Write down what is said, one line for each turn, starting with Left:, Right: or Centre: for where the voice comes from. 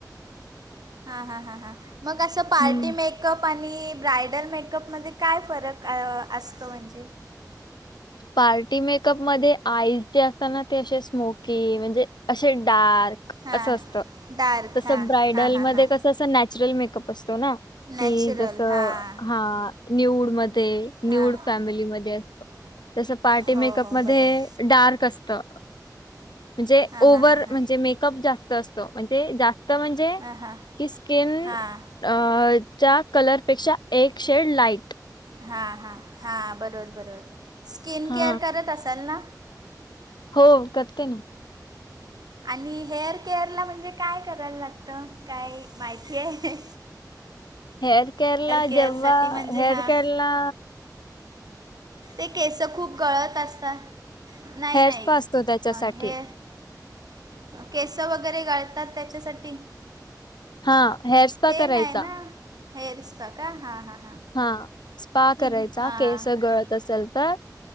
Right: हा. हा. हा. हा. मग असं पार्टी
Left: हं.
Right: मेक मेकअप आणि ब्रायडल मेकअप मध्ये काय फरक असतो? म्हणजे
Left: पार्टी मेकअपमध्ये आईज जे असतात ना. ते असे स्मोकी म्हणजे असे डार्क
Right: हां
Left: असं असत.
Right: डार्क
Left: तसं
Right: हां
Left: ब्रायडल
Right: हां हां
Left: मध्ये
Right: हां
Left: कसं, असं नॅचरल मेकअप असतो ना.
Right: नॅचरल
Left: कि जस, हा.
Right: हां
Left: न्युड मध्ये
Right: हां
Left: न्युड फॅमिलीमध्ये अ जसं पार्टी
Right: हो
Left: मेकअप
Right: हो
Left: मध्ये,
Right: बरोबर
Left: डार्क असत. म्हणजे,
Right: हां
Left: ओव्हर
Right: हां हां हां
Left: म्हणजे, मेकअप जास्त असतो. म्हणजे जास्त म्हणजे
Right: हां हां
Left: की स्किन,
Right: हां
Left: च्या कलरपेक्षा एक शेड लाईट
Right: हां. हां. हां. बरोबर, बरोबर. स्किन
Left: हा
Right: केअर करत असाल ना?
Left: हो. करते ना.
Right: आणि हेअर केअर ला म्हणजे काय करायला लागतं? कायमाहिती आहे?
Left: हेअर केरला,
Right: केअरसाठी
Left: जेव्हा
Right: म्हणजे
Left: हेअर
Right: हां
Left: केरला
Right: ते केस खूप गळत असतात. नाही.
Left: हेअर
Right: नाही.
Left: स्पा असतो त्याच्यासाठी
Right: अ हे केस वगैरे गळतात त्याच्यासाठी
Left: हा. हेअर स्पा
Right: ते
Left: करायचा
Right: नाही ना. हेर स्पा का? हां हां हां.
Left: हा. स्पा
Right: तुम
Left: करायचा
Right: हां
Left: केस गळत असेल तर